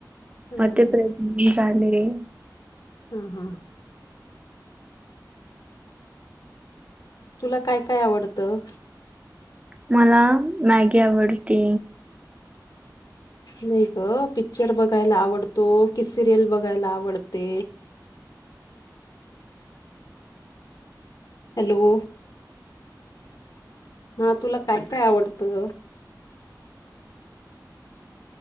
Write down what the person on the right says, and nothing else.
मग ते प्रेगनेंट झाले.
मला मॅगी आवडते.